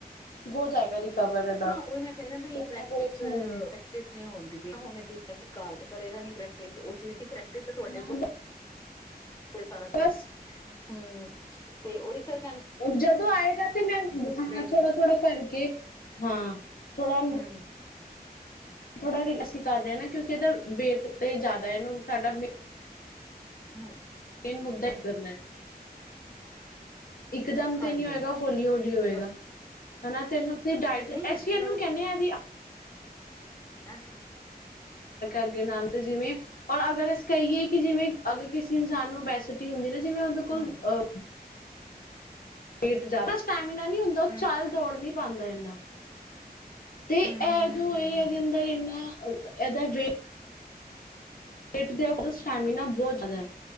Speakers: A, on the left (about 60°); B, on the left (about 20°).
A: ਹੋ ਜਾਏਗਾ। ਰਿਕਵਰ ਇਹਦਾ
B: ਹਾਂ ਉਹੀ ਮੈਂ ਕਹਿਨਾ ਬਈ
A: ਤੇ ਇਨਾ
B: ਪ੍ਰੈਕਟਿਸ
A: ਕੋਈ ਨਹੀਂ
B: ਪ੍ਰੈਕਟਿਸ ਨੀਹੁਣਦੀ ਪ ਹੁ ਨੀ ਪ੍ਰੈਕਟਿਸ ਉਹ ਚੀਜ਼ ਦੀ ਪ੍ਰੈਕਟਿਸ ਦੀ
A: ਹੈ
B: ਤੁਹਾਡੇ
A: ਹਾਂ
B: ਕੋਲ ਏਹ ਸਾਰਾ
A: ਬਸ
B: ਹਮ ਤੇ ਉਹੀ ਸਿਰ
A: ਜਦੋ ਆਏਗਾ ਤੇ ਮੈਂ ਹਾਂ
B: ਟ੍ਰੇਨਿੰਗ
A: ਥੋੜਾ ਥੋੜਾ ਕਰਕੇ ਹਾਂ ਥੋੜਾ
B: ਹੂੰ,
A: ਥੋੜਾ ਵੀ ਅਸੀ ਕਰ ਰਹੇ ਹਾਂ ਨਾ ਕਿਉਂਕਿ ਇਹਦਾ ਵੇਟ ਤੇ ਜ਼ਾਦਾ ਇਹਨੂੰ ਸਾਡਾ ਮੇ
B: ਹਮ
A: ਮੇਨ ਮੁੱਦਾ ਕਰਨਾ <inaudible> ਇਕ ਦਮ ਤੇ
B: ਹਾਂਜੀ
A: ਨਹੀਂ ਹੋਏਗਾ ਹੌਲੀ ਹੌਲੀ ਹੋਏਗਾ
B: ਤੇ ਬ-
A: ਹਨਾ ਤੇ ਇਹਨਾਂ ਤੇ ਡਾਇਟ
B: ਨਹੀਂ
A: ਅਸੀਂ
B: ਅੱਗੇ
A: ਇਹਨੂੰ ਕਹਿੰਦੇ ਹਾਂ ਜ
B: ਹੈ
A: ਅੱਗੇ ਨਾਲ ਤ ਜਿਵੇਂ ਔਰ ਅਗਰ ਅਸੀਂ ਕਹੀਏ ਕਿ ਜਿਵੇਂ ਅਗਰ ਕਿਸੇ ਇਨਸਾਨ ਨੂੰ ਬੈਸਟੀ ਹੁੰਦੀ ਹੈ ਨਾ ਜਿਵੇਂ ਉਹਦੇ ਅਕੋਲ
B: ਹੂੰ, ਹੂੰ,
A: ਅਹ ਵੇਟ ਜਾਦਾ <inaudible> ੲਨਾ ਨੀ ਹੁੰਦਾ ਉਹ
B: ਹੂੰ,
A: ਚੱਲ ਦੌੜਨੀ ਪਾਂਦਾ ਇੰਨਾ ਤੇ ਇਹ
B: ਹੂੰ, ਹੂੰ, ਹੂੰ,
A: ਜੋ
B: ਹੂੰ,
A: ਇਹ ਏਹਦੇ
B: ਹੂੰ।
A: ਅੰਦਰ ਇੰਨਾ ਇਹਦਾ ਵੇਟ <inaudible> ਪਿੱਟ ਦੇ ਸਟੈਮੀਨਾ ਬਹੁਤ ਜ਼ਿਆਦਾ ਹੈ